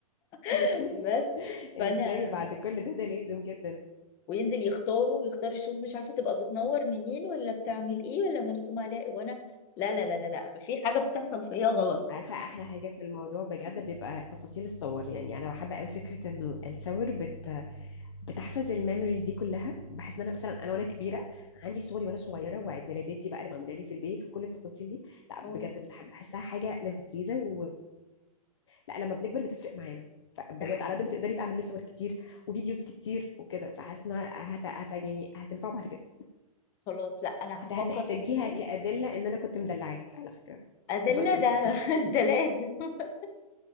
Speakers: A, on the left; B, on the left.
A: <laughs>
B: <laughs>
A: بس فانا
B: ازاي بعد كل ده ده لازم جدا
A: وينزل يختاره ويختار الشوز مش عارفه تبقى بتنور منين ولا بتعمل ايه ولا مرسوم عليها إيه، وانا لا لا لا لا لا في حاجه بتحصل فيا غلط
B: عارفة أحلى حاجة في الموضوع بجد بيبقى تفاصيل الصور يعني أنا بحب قوي فكرة إنه الصور بت بتحفظ الميموريز دي كلها بحس ان انا مثلا انا وانا كبيره عندي صوري وانا صغيره وعيد ميلاداتي بقى اللي معموله لي في البيت وكل التفاصيل دي لا بجد
A: اه
B: بتحب بحسها حاجه لذيذه و... لا لما بنكبر بتفرق معانا فبجد
A: ده حقيقي
B: على قد ما تقدري بقى اعملي له صور كتير وفيديوز كتير وكده فحاسه انها هت... هت... يعني هتنفع بعد كده
A: خلاص لا انا
B: هت...
A: هفكر
B: هتحتاجيها
A: فعلا
B: كادله ان انا كنت مدلعاك على فكره
A: ادله
B: كنت بصرف
A: ده
B: كتير
A: <laughs> ده لازم <laughs>